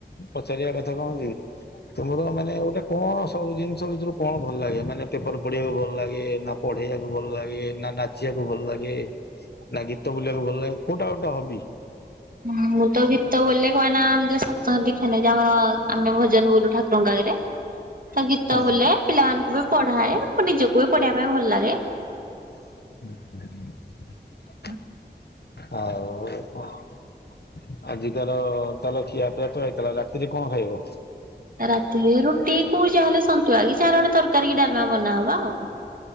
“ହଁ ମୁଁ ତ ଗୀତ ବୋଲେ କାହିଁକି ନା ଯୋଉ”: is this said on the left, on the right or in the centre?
Right